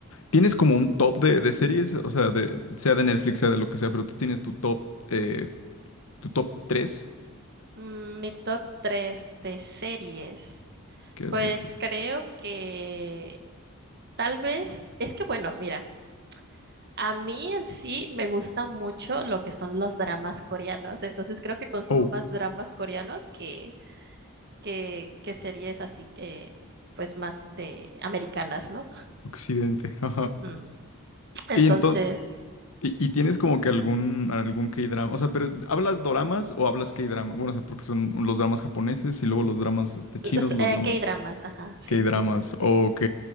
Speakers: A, on the left (about 75°); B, on the right (about 50°).
A: tienes como un top de, de series, o sea, de, sea de Netflix, sea de lo que sea, pero tú tienes tu top, eh, tu top tres
B: Mm, Mi top 3 de series.
A: que has
B: Pues
A: visto.
B: creo que tal vez, es que bueno, mira. A mí en sí me gustan mucho lo que son los dramas coreanos, entonces creo que consumo
A: Oh,
B: más dramas coreanos que, que, que series así, eh, pues más de americanas, ¿no?
A: Occidente, ajá.
B: Ujú. Entonces,
A: Y entonces, y, y tienes como que algún, algún K-drama, o sea, pero ¿hablas doramas o hablas K-drama? Bueno, o sea, porque son los dramas japoneses y luego los dramas este, chinos,
B: los,
A: los
B: eh,
A: dramas...
B: K-dramas, ajá, sí,
A: K-dramas,
B: <laughs> sí,
A: ok.